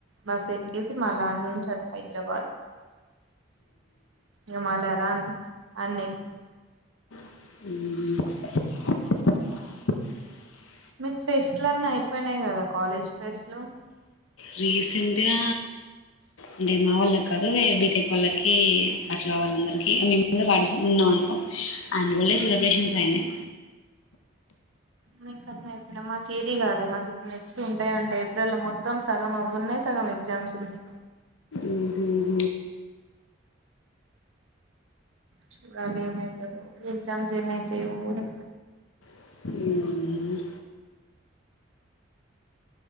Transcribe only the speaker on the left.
ఉహు
రీసెంట్గా అంటే మా వాళ్ళకి కాదు బీటెక్ వాళ్ళకి అట్లావాలందరి ఇగ మేము కూడా పాటిస్ ఉన్నాం అనుకో అందులోనే
సెలబ్రేషన్స్ అయినయి
ఉహు
ఉహు